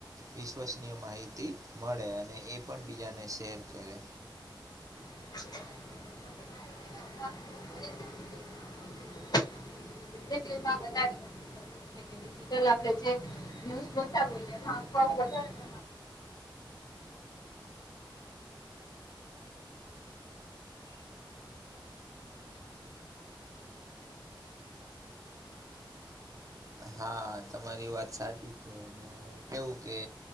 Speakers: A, on the right (about 40°); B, on the left (about 50°).
A: વિશ્વસનીય માહિતી મળે અને એ પણ બીજાને શેર કરે.
B: <inaudible> તેલમાં વધારે ડિજિટલ આપડે જે ન્યૂઝ બતાવું <unintelligible>
A: હા તમારી વાત સાચી છે, ને કેવું કે